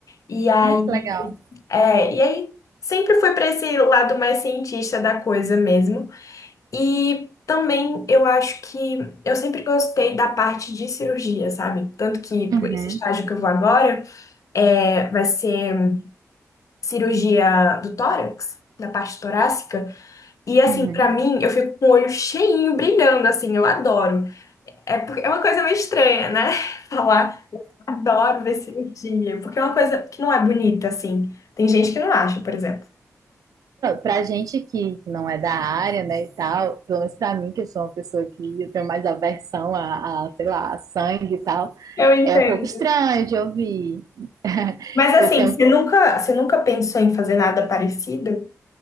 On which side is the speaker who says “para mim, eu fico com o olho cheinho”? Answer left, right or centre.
Left